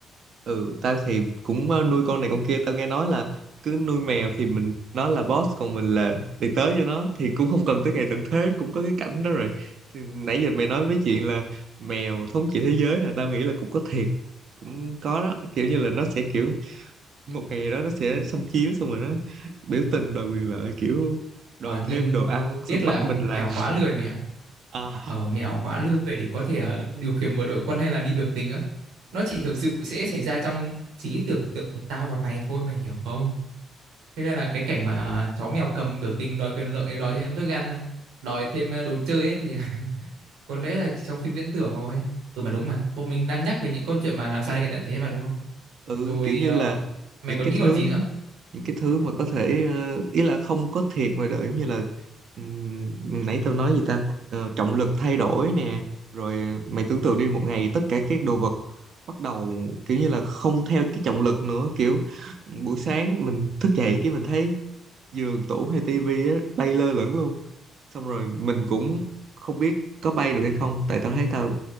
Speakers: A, on the right; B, on the right.
A: ừ tao thì cũng ờ, nuôi con này con kia tao nghe nói là cứ nuôi mèo thì mình nó là boss còn mình là đi tới cho nó thì cũng không cần tới ngày tận thế cũng có cái cảnh đó rồi thì nãy giờ mày nói với chuyện là mèo thống trị thế giới là tao nghĩ là cũng có thiệt cũng có đó kiểu như là nó sẽ kiểu một ngày đó nó sẽ xâm chiếm xong rồi nó biểu tình đòi quyền lợi kiểu đòi
B: ờ, nhưng
A: thêm đồ ăn xong
B: tiếc
A: bắt
B: là
A: mình làm
B: mèo quá lười mẹ ạ
A: à,
B: ờ, mèo quá lười để có thể ờ, điều khiển một đội quân hay là đi biểu tình á nó chỉ thực sự sẽ xảy ra trong trí tưởng tượng của tao và mày thôi mày hiểu không thế nên là cái cảnh mà à, chó mèo cầm biểu tình đòi quyền lợi đòi thêm thức ăn đòi thêm à, đồ chơi ấy thì <laughs> có lẽ là chỉ trong phim viễn tưởng thôi ừ mà đúng mà bọn mình đang nhắc về những câu chuyện mà làm sao để ngày tận thế mà đúng không
A: ừ
B: rồi
A: kiểu như
B: ờ,
A: là
B: mày
A: những
B: còn
A: cái
B: nghĩ còn
A: thứ
B: gì nữa
A: những cái thứ mà có thể ờ, ý là không có thiệt ngoài đời giống như là ừm, nãy tao nói gì ta Ờ, trọng lực thay đổi nè rồi mày tưởng tượng đi một ngày tất cả các đồ vật bắt đầu kiểu như là không theo cái trọng lực nữa kiểu buổi sáng mình thức dậy cái mình thấy giường tủ hay tivi á bay lơ lửng luôn xong rồi mình cũng không biết có bay được hay không tại tao thấy tao